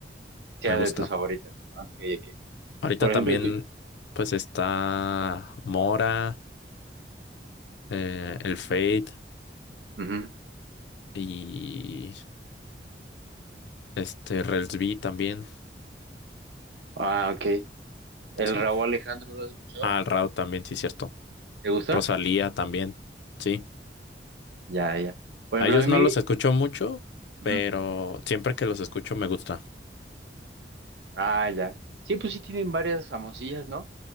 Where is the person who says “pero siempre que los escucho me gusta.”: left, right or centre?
Left